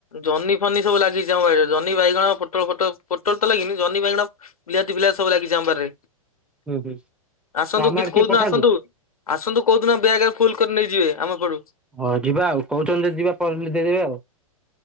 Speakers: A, on the left; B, in the centre.
A: ଜହ୍ନି ଫନି ସବୁ ଲାଗିଛି ଆମ ବାଇରେ ଜହ୍ନି ବାଇଗଣ ପୋଟ ପୋଟ ପୋଟଳ ତ ଲାଗିନି ଜହ୍ନି ବାଇଗଣ ବିଲହାତି ବିଲାତି ସବୁ ଲାଗିଛି ଆମ ବାରିରେ।
B: ହୁଁ ହୁଁ
A: ଆସନ୍ତୁ
B: ଆମ
A: କି
B: ଆଡେ
A: କୋଉ
B: ଟିକେ
A: ଦିନ
B: ପଠାନ୍ତୁ
A: ଆସନ୍ତୁ ଆସନ୍ତୁ କୋଉଦିନ ବେଗ ଫୁଲ କରି ନେଇଯିବେ ଆମ ଘରୁ।
B: ହଁ ଯିବା ଆଉ କହୁଛନ୍ତି ଯିବା ପ ଦେଇଦେବେ ଆଉ